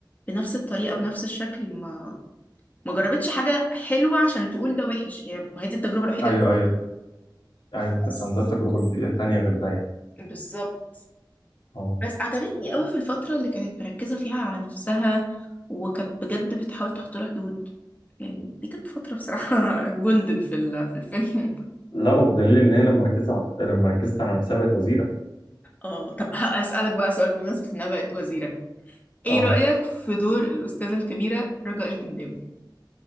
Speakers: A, on the left; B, on the left.
A: بنفس الطريقة بنفس الشكل ما ما جربتش حاجة حلوة عشان تقول ده وحش هي ما هي دي التجربة الوحيدة
B: ايوه
A: اللي
B: ايوه ايوه ما كانتش
A: بس
B: عندها تجربه جديدة تانية غير ده يعني
A: بالظبط
B: اه
A: بس عجبتني قوي في الفترة اللي كانت مركزة فيها على نفسها وكانت بجد بتحاول تحط لها حدود يعني دي كانت فترة بصراحة <laughs> جولدن في ال- في الفيلم
B: لا وبدليل ان هي لما ركزت على لما ركزت على نفسها بقت وزيره
A: اه طب ه- هسألك بقى سؤال بمناسبة انها بقت وزيرة ايه
B: اه
A: رأيك في دور الأستاذة الكبيرة رجاء الجداوي